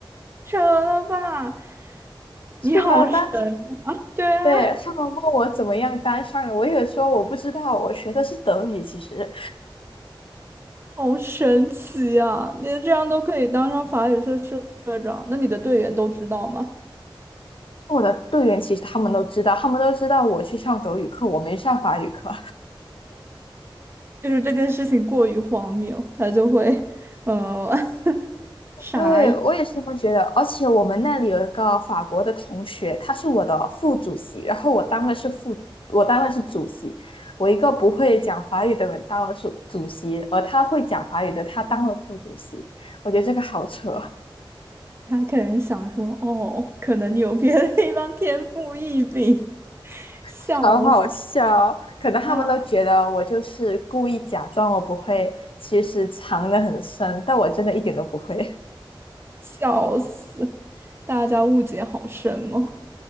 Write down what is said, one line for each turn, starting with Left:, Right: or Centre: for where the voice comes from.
Right: 扯了吧！
Left: 是吧？
Right: 你好神，
Left: 当
Right: 对啊，
Left: 对他们问我怎么样当上的，我也说我不知道，我学的是德语。其实
Right: 好神奇啊！你这样都可以当上法语社社社长，那你的队员都知道吗？
Left: 我的队员其实他们都知道，他们都知道我去上德语课，我没上法语课。
Right: 就是这件事情过于荒谬，他就会，呃，<laughs> 傻。
Left: 对，我也是这么觉得，而且我们那里有一个法国的同学，他是我的副主席，然后我当的是副，我当的是主席，我一个不会讲法语的人当了主主席，而他会讲法语的他当了副主席，我觉得这个好扯，
Right: 他可能想说，哦，可能你有别的地方天赋异禀，<laughs>
Left: <laughs>
Right: 笑死
Left: 好好笑哦，可能他们都觉得我就是故意假装我不会，
Right: 啊！
Left: 其实藏得很深，但我真的一点都不会。
Right: 笑死！大家误解好深哦。